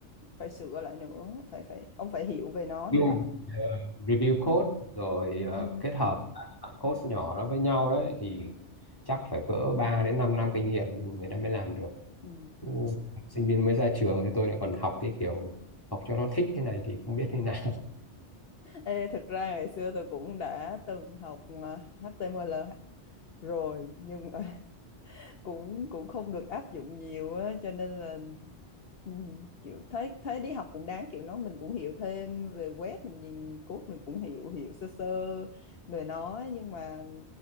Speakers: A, on the left; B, on the left.
A: phải sửa lại nữa phải phải ông phải hiểu về nó
B: review,
A: nữa chứ
B: review code rồi ờ,
A: ừ.
B: kết hợp các code nhỏ đó với nhau đấy thì chắc phải cỡ 3 đến 5 năm kinh nghiệm người ta mới làm được
A: Ừ.
B: Ừ, sinh viên mới ra trường thì tôi lại còn học cái kiểu học cho nó thích thế này thì không biết thế nào
A: Ê, thực ra ngày xưa tôi cũng đã từng học à, HTML rồi nhưng mà <laughs> cũng cũng không được áp dụng nhiều á cho nên là Ừ, kiểu thấy thấy đi học cũng đáng kiểu nó mình cũng hiểu thêm về web mình nhìn code mình cũng hiểu hiểu sơ sơ rồi nó nhưng mà